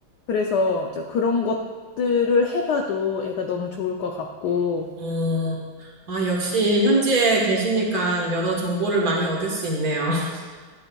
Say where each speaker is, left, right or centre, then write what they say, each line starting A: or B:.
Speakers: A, on the left; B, on the right.
A: 그래서 이제 그런 것들을 해봐도 애가 너무 좋을 것 같고
B: 어, 아, 역시 현지에 계시니까 여러 정보를 많이 얻을 수 있네요. <laughs>